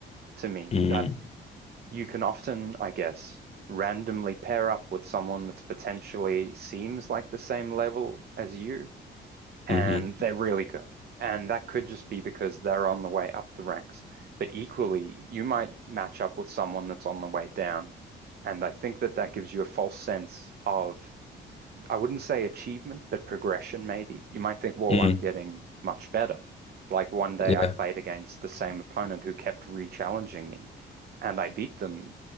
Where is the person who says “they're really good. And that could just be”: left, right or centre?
Right